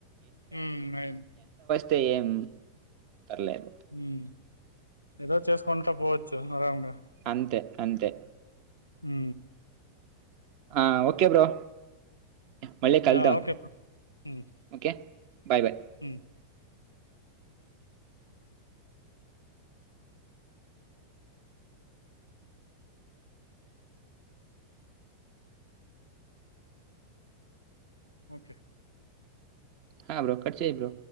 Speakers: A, on the left; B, on the right.
A: ఉ అయ్
B: తే ఏం పర్లేదు.
A: ఉ ఏదో చేసుకుంటా పోవచ్చు ఆరాంగా
B: అంతే అంతే
A: ఉ
B: ఆ ఓకే బ్రో మళ్ళీ కల్దాం
A: యాహ్! ఓకే బ్రో. హ్మ్.
B: ఓకే. బాయ్ బాయ్
A: హ్మ్. ఓకే
B: హ బ్రో కట్ చెయ్ బ్రో